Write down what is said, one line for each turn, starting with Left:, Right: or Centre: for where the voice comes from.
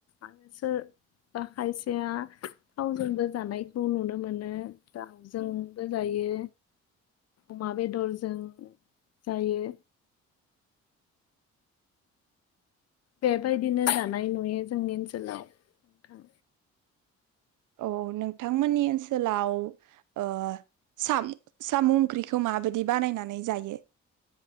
Left: आरो सोर खायसेया थावजोंबो जानायखौ नुनो मोनो दाउजोंबो जायो अमा बेदरजों जायो। बेबायदिनो जानाय नुयो जोंनि ओनसोलाव नोंथां
Right: औ नोंथांमोननि ओनसोलावाम साम' ओंख्रिखौ माबायदि बानायनानै जायो।